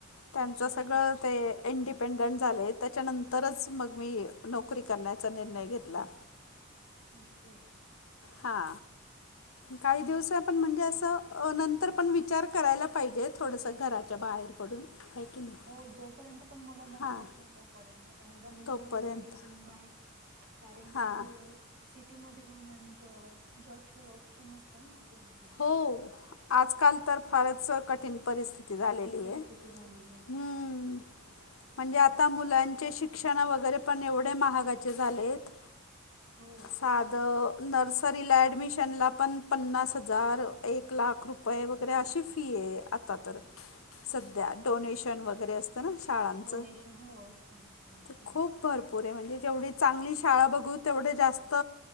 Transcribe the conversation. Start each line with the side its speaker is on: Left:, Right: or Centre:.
Left: त्यांचं
Right: अच्छा,
Left: सगळं
Right: अच्छा.
Left: ते इंडिपेंडंट झाले त्याच्यानंतरच मग मी नोकरी करण्याचा निर्णय घेतला
Right: ओके
Left: हा
Right: हं,
Left: काही दिवसात
Right: हं.
Left: ण म्हणजे असं नंतर पण विचार करायला पाहिजे थोडस घराच्या बाहेर पडून है की नाही
Right: हो जोपर्यंत पण मुलं मोठे
Left: हां
Right: होत नाही तोपर्यंत पण एकदा मुलं
Left: तोपर्यंत
Right: मोठीे झाली की मग बाहेर पडा कारण
Left: हां
Right: की अं सिटीमध्ये राहणं आणि जॉ जॉबशिवाय ऑप्शन नसतं ना आपल्याना
Left: हो आजकाल तर फारच कठीण परिस्थिती झालेलीये
Right: कठीण परिस्थिती झालेली आहे.
Left: हमं म्हणजे
Right: हम्म
Left: आता मुलांचे शिक शिक्षण वगैरे पण एवढे महागाचे झालेत
Right: हो
Left: साध नर्सरीला ऍडमिशनला पण पन्नास हजार एक लाख रुपये वगैरे अशी फी आहे आता तर सध्या
Right: हो
Left: डोनेशन वगैरे असत ना शाळांचं
Right: डोनेशन हो असतं ना डोनेशन
Left: तर खूप भरपू पुरे म्हणजे जेवढी चांगली शाळा बघू तेवढे जास्त